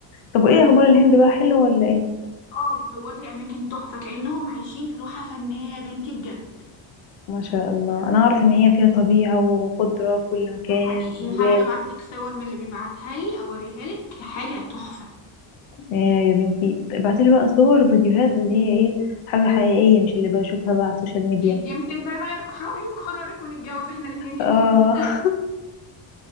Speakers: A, on the left; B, on the left.
A: طب وايه اخبار الهند بقى حلو ولا ايه
B: اه بيصور لي اماكن تحفه كانهم عايشين في لوحه فنيه يا بنتي بجد
A: ما شاء الله انا اعرف ان هي فيها طبيعة وخضرة في كل مكان
B: حقيقي
A: وفي جبال
B: هحاول ابعت لك صور من اللي بيبعتها لي اوريها لك حاجه تحفه
A: آه يا بنتي ابعتيلي بقى صور وفيديوهات اللي هي ايه حاجة حقيقية مش اللي بشوفها بقى على السوشيال ميديا
B: اكيد يمكن ده يغير قراري <laughs> وقرارك ونتجوز احنا الاتنين هنود
A: اه <laughs>